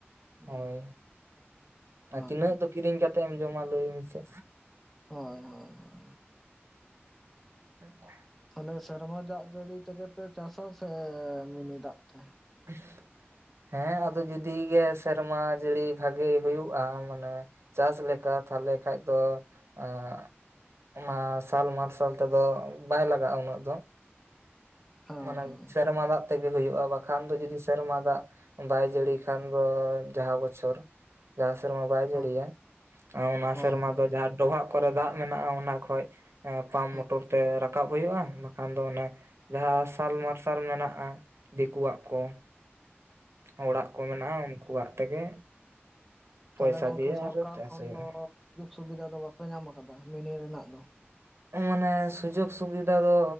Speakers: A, in the centre; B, on the right.
A: ᱦᱩᱸ
B: ᱦᱳᱭ
A: <unintelligible>
B: ᱛᱤᱱᱟᱹᱜ ᱫᱚ ᱠᱤᱨᱤᱧ ᱠᱟᱛᱮ ᱮᱢ ᱡᱚᱢᱟ ᱞᱟᱹᱭ ᱢᱮᱥᱮ
A: ᱦᱳᱭ ᱦᱳᱭ ᱦᱳᱭ
B: <unintelligible>
A: ᱛᱟᱞᱚᱦᱮ ᱥᱮᱨᱢᱟ ᱡᱟᱜ ᱡᱟᱹᱲᱤ ᱛᱮᱜᱮ ᱯᱮ ᱪᱟᱥᱟ ᱥᱮ ᱢᱤᱱᱤ ᱫᱟᱜ ᱛᱮ
B: <unintelligible> ᱦᱮᱸ ᱟᱫᱚ ᱡᱩᱫᱤ ᱜᱮ ᱥᱮᱨᱢᱟ ᱡᱟᱹᱲᱤ ᱵᱷᱟᱹᱜᱤ ᱦᱩᱭᱩᱜᱼᱟ, ᱢᱟᱱᱮ ᱪᱟᱥ ᱞᱮᱠᱟ ᱛᱷᱟᱞᱮ ᱠᱷᱟᱡ ᱫᱚ ᱮᱸᱻ ᱚᱱᱟ ᱥᱟᱞ ᱢᱟᱨᱥᱟᱞ ᱛᱮᱫᱚ ᱵᱟᱭ ᱞᱟᱜᱟᱜᱼᱟ ᱩᱱᱟᱹᱜ ᱫᱚ᱾
A: ᱦᱮᱸ
B: ᱢᱟᱱᱮ
A: ᱦᱮᱸ
B: ᱥᱮᱨᱢᱟ ᱫᱟᱜ ᱛᱮᱜᱮ ᱦᱩᱭᱩᱜᱼᱟ, ᱵᱟᱠᱷᱟᱱ ᱫᱚ ᱡᱩᱫᱤ ᱥᱮᱨᱢᱟ ᱫᱟᱜ ᱵᱟᱭ ᱡᱟᱹᱲᱤ ᱠᱷᱟᱱ ᱫᱚᱻ ᱡᱟᱦᱟ ᱵᱚᱪᱷᱚᱨ ᱡᱟᱸᱦᱟ ᱥᱮᱨᱢᱟ ᱵᱟᱭ
A: ᱦᱳᱭ
B: ᱡᱟᱹᱲᱤᱭᱟ ᱟ ᱚᱱᱟ
A: ᱦᱳᱭ
B: ᱥᱮᱨᱢᱟ
A: ᱦᱳᱭ
B: ᱫᱚ ᱡᱟᱦᱟ ᱰᱚᱵᱷᱟᱜ ᱠᱚᱨᱮ ᱫᱟᱜ ᱢᱮᱱᱟᱜᱼᱟ ᱚᱱᱟ ᱠᱷᱚᱡ, ᱯᱟᱢ
A: ᱦᱳᱭ
B: ᱢᱚᱴᱚᱨ ᱛᱮ ᱨᱟᱠᱟᱵ ᱦᱩᱭᱩᱜᱼᱟ ᱵᱟᱠᱷᱟᱱ ᱫᱚ ᱚᱱᱮ ᱡᱟᱸᱦᱟ ᱥᱟᱞ ᱢᱟᱨᱥᱟᱞ ᱢᱮᱱᱟᱜᱼᱟ ᱫᱤᱠᱩᱣᱟᱜ ᱠᱚ᱾ ᱦᱚᱲᱟᱜ ᱠᱚ ᱢᱮᱱᱟᱜᱼᱟ, ᱩᱝᱠᱩᱣᱟᱜ ᱛᱮᱜᱮ, ᱯᱚᱭᱥᱟ
A: ᱛᱟᱦᱞᱮ ᱜᱚᱝᱠᱮ
B: ᱫᱤᱭᱮ
A: ᱥᱚᱨᱠᱟᱨ
B: ᱟᱨᱚ ᱪᱟᱥ
A: ᱠᱷᱚᱱ
B: ᱦᱩᱭᱩᱜᱼᱟ᱾
A: ᱫᱚ ᱥᱩᱡᱳᱜᱽ ᱥᱩᱵᱤᱫᱟ ᱫᱚ ᱵᱟᱯᱮ ᱧᱟᱢ ᱠᱟᱫᱟ, ᱢᱤᱱᱤ ᱨᱮᱱᱟᱜ ᱫᱚ?
B: ᱢᱟᱱᱮ ᱥᱩᱡᱳᱜᱽ ᱥᱩᱵᱤᱫᱟ ᱫᱚ